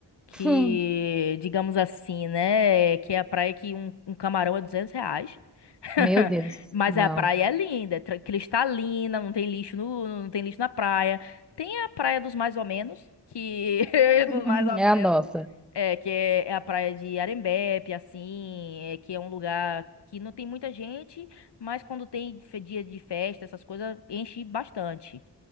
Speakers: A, on the left; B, in the centre.
A: que,
B: <laughs> Hum,
A: digamos assim, né, que é a praia que um, um camarão é 200 reais. <laughs>
B: meu Deus,
A: Mas
B: não.
A: a praia é linda, é tra- cristalina, não tem lixo no, não tem lixo na praia. Tem a praia dos mais ou menos, que <laughs>
B: <laughs>
A: dos mais ou
B: É
A: menos,
B: a nossa.
A: é que é, é a praia de Arembepe, assim, é, que é um lugar que não tem muita gente, mas quando tem fe- dia de festa, essas coisas enche bastante.